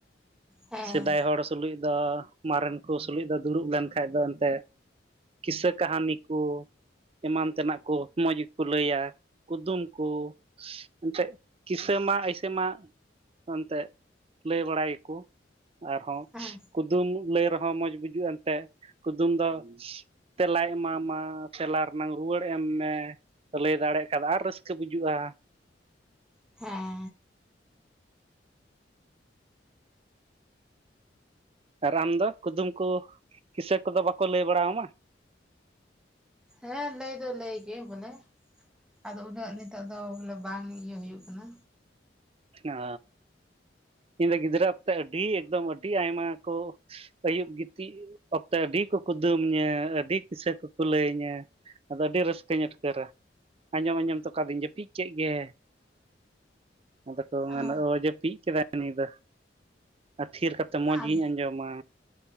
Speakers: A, in the centre; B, on the right.
A: ᱦᱮᱸ
B: ᱥᱮᱫᱟᱭ ᱦᱚᱲ ᱥᱩᱞᱩᱡ ᱫᱚ, ᱢᱟᱨᱮᱱ ᱠᱚ ᱥᱩᱞᱩᱡ ᱫᱚ ᱫᱩᱲᱩᱵ ᱞᱮᱱ ᱠᱷᱟᱡ ᱫᱚ ᱮᱱᱛᱮᱫ ᱠᱤᱥᱟᱹ ᱠᱟᱹᱦᱱᱤ ᱠᱚ ᱮᱢᱟᱱ ᱛᱮᱱᱟᱜ ᱠᱚ ᱢᱚᱡᱽ ᱜᱮᱠᱚ ᱞᱟᱹᱭᱟ ᱠᱩᱫᱩᱢ ᱠᱚ ᱮᱱᱛᱮᱫ ᱠᱤᱥᱟᱹ ᱢᱟ ᱟᱭᱥᱮ ᱢᱟ ᱮᱱᱛᱮᱫ ᱞᱟᱹᱭ ᱵᱟᱲᱟᱭᱟᱠᱚ ᱟᱨᱦᱚᱸ
A: ᱦᱮᱸ
B: ᱠᱩᱫᱩᱢ ᱞᱟᱹᱭ ᱨᱮᱦᱚᱸ, ᱢᱚᱡᱽ ᱵᱩᱡᱩᱜᱼᱟ ᱮᱱᱛᱮ ᱠᱩᱫᱩᱢ ᱫᱚ ᱛᱮᱞᱟᱭ ᱮᱢᱟᱢᱟ, ᱛᱮᱞᱟ ᱨᱮᱱᱟᱝ ᱨᱩᱣᱟᱹᱲ ᱮᱢ ᱢᱮ ᱞᱟᱹᱭ ᱫᱟᱲᱮᱭᱟᱜ ᱠᱷᱟᱱ ᱟᱨ ᱨᱟᱹᱥᱠᱟᱹ ᱵᱩᱡᱩᱜᱼᱟ᱾
A: ᱦᱮᱸ
B: ᱟᱨ ᱟᱢ ᱫᱚ ᱠᱩᱫᱩᱢ ᱠᱚ ᱠᱤᱥᱟᱹ ᱠᱚᱫᱚ ᱵᱟᱠᱚ ᱞᱟᱹᱭ ᱵᱟᱲᱟ ᱟᱢᱟ
A: ᱦᱮᱸ ᱞᱟᱹᱭ ᱫᱚ ᱞᱟᱹᱭ ᱜᱮ ᱵᱚᱞᱮ, ᱟᱫᱚ ᱩᱱᱟᱹᱜ ᱱᱤᱛᱚᱜ ᱫᱚ ᱵᱚᱞᱮ ᱵᱟᱝ ᱤᱭᱟᱹ ᱦᱩᱭᱩᱜ ᱠᱟᱱᱟ
B: ᱚᱻ ᱤᱧ ᱫᱚ ᱜᱤᱫᱽᱨᱟᱹ ᱚᱠᱛᱮ ᱟᱹᱰᱤ ᱮᱠᱫᱚᱢ ᱟᱹᱰᱤ ᱟᱭᱢᱟ ᱠᱚ ᱟᱹᱭᱩᱵ ᱜᱤᱛᱤᱡ ᱚᱠᱛᱮ ᱟᱹᱰᱤ ᱠᱚ ᱠᱩᱫᱩᱢ ᱤᱧᱟᱹ ᱟᱹᱰᱤ ᱠᱤᱥᱟᱹ ᱠᱚᱠᱚ ᱞᱟᱹᱭ ᱤᱧᱟ ᱟᱫᱚ ᱟᱹᱰᱤ ᱨᱟᱹᱥᱠᱟᱹᱧ ᱟᱴᱠᱟᱹᱨᱟ ᱟᱸᱡᱚᱢ ᱟᱸᱡᱚᱢ ᱛᱮ ᱠᱟᱫᱤᱧ ᱡᱟᱹᱯᱤᱫ ᱠᱮᱫ ᱜᱮ᱾ ᱟᱫᱚ ᱠᱚ ᱢᱮᱱᱟ
A: ᱚ
B: ᱳ ᱡᱟᱯᱤᱫ ᱠᱮᱫᱟᱭ ᱩᱱᱤ ᱫᱚ ᱟᱨ ᱛᱷᱤᱨ ᱠᱟᱛᱮᱫ ᱢᱚᱸᱡᱽ
A: ᱟᱨ
B: ᱜᱤᱧ ᱟᱸᱡᱚᱢᱟ